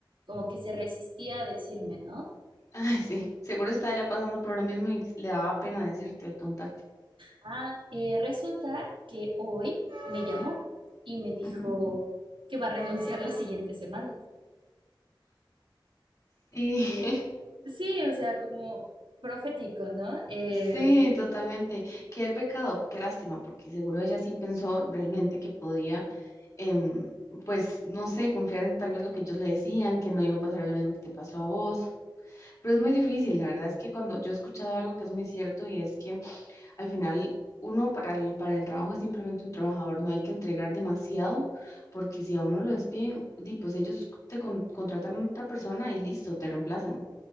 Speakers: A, on the right (about 80°); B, on the left (about 40°).
A: Como que se resistía a decirme, ¿no?
B: <laughs> Ay, sí. Seguro estaba ya pasando por lo mismo y le daba pena decirte y contarte.
A: Ah, eh, resulta que hoy me llamó y me dijo
B: Ujú.
A: que va a renunciar la siguiente semana.
B: Sí,
A: Eh,
B: <laughs> sí,
A: sí, o sea, como profético, ¿no? Eh,
B: Sí. totalmente. Qué pecado, qué lástima, porque seguro ella sí pensó realmente que podía, em, pues, no sé, confiar en tal vez lo que ellos le decían, que no iba a pasar lo mismo que te pasó a vos. Pero es muy difícil, la verdad es que cuando yo he escuchado algo que es muy cierto y es que al final uno para el, para el trabajo es simplemente un trabajador, no hay que entregar demasiado, porque si a uno lo despiden, di, pues ellos te con- contratan a otra persona y listo, te reemplazan.